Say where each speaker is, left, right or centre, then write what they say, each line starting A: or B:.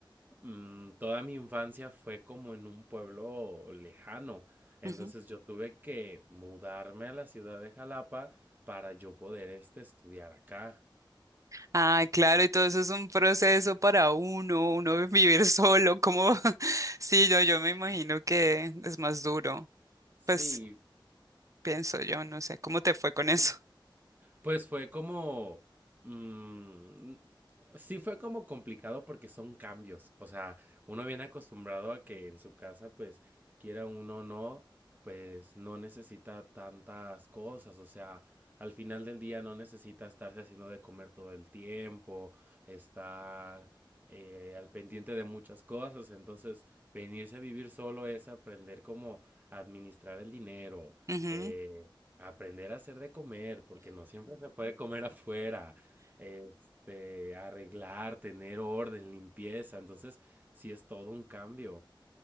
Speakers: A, on the right; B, on the right.
A: mm, toda mi infancia fue como en un pueblo lejano. Entonces
B: ujú.
A: yo tuve que mudarme a la ciudad de Jalapa para yo poder este, estudiar acá.
B: Ay, claro, y todo eso es un proceso para uno, uno vivir solo, como, <laughs> sí, yo, yo me imagino que es más duro,
A: Sí,
B: pues pienso yo, no sé, ¿cómo te fue con eso?
A: Pues fue como... mm, sí fue como complicado porque son cambios. O sea, uno viene acostumbrado a que en su casa, pues, quiera uno o no, pues no necesita tantas cosas. O sea, al final del día no necesita estarse haciendo de comer todo el tiempo, estar eh, al pendiente de muchas cosas. Entonces, venirse a vivir solo es aprender cómo administrar el dinero.
B: <laughs> Ujú.
A: eh, Aprender a hacer de comer, porque no siempre se puede comer afuera. Este, arreglar, tener orden, limpieza. Entonces, sí es todo un cambio.